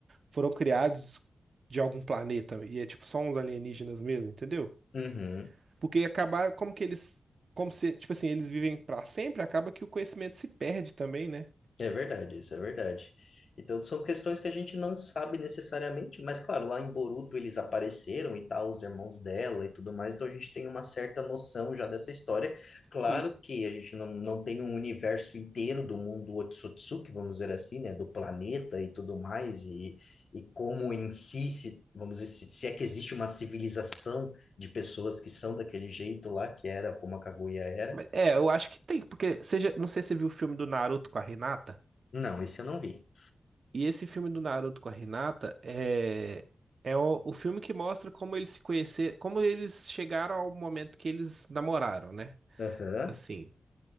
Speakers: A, on the right; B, on the left.
A: foram criados de algum planeta e é tipo só uns alienígenas mesmo, entendeu?
B: Uhum.
A: Porque acabaram, como que eles, como se, tipo assim, eles vivem pra sempre, acaba que o conhecimento se perde também, né?
B: É verdade, isso é verdade. Então, são questões que a gente não sabe necessariamente, mas claro, lá em Boruto eles apareceram e tal, os irmãos dela e tudo mais, então a gente tem uma certa noção já dessa história. Claro
A: E-
B: que a gente não, não tem um universo inteiro do mundo Otsutsuki, vamos dizer assim, né, do planeta e tudo mais, e, e como em si, se, vamos dizer, se, se é que existe uma civilização de pessoas que são daquele jeito lá, que era como a Kaguya era.
A: é, eu acho que tem, porque seja, não sei se você viu o filme do Naruto com a Renata
B: Não, esse eu não vi.
A: e esse filme do Naruto com a Renata é é o, o filme que mostra como eles se conhecer, como eles chegaram ao momento que eles namoraram, né?
B: Aham.
A: Assim,